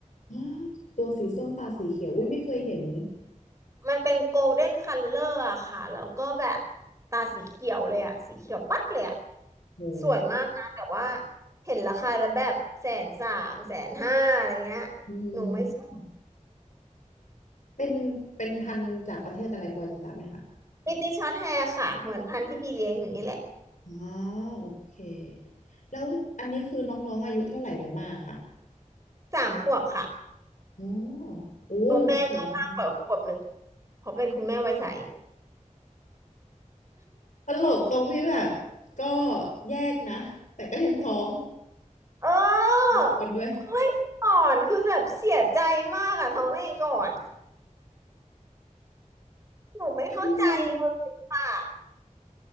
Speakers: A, on the left; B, on the right.
A: อ้ตัวสีส้มตาสีเขียวอุ้ยไม่เคยเห็น
B: มันเป็นโกลเด้นคัลเลอร์อะค่ะแล้วก็แบบตาสีเขียวเลยอะสีเขียวปั๊ดเลยอะ
A: โห
B: สวยมากนะแต่ว่าเห็นราคาแล้วแบบแสนสามแสนห้าอะไรเงี้ย
A: อื
B: หนูไม่ซื้อ
A: มเป็นเป็นพันธุ์จากประเทศอะไรพอจะทราบไหมคะ
B: มิติช็อตแฮร์ค่ะเหมือนพันธุ์ที่บีเลี้ยงอยู่นี่แหละ
A: อ๋อโอเคแล้วอันนี้คือน้องๆอายุเท่าไหร่กันบ้างค่ะ
B: สามขวบค่ะ
A: อ๋อโอ้
B: ตัวแม่ก็มากกว่าขวบหนึ่ง
A: สูงมาก
B: เพราะเป็นคุณแม่ไวยใส
A: ตลกตรงที่แบบก็แยกนะแต่ก็ยังท้อง
B: เออ
A: เดือนด้วย
B: ท้องได้ก่อนคือแบบเสียใจมากอะท้องได้ก่อนหนูไม่เข้าใจเลยค่ะ
A: ไม่ไม่ไม่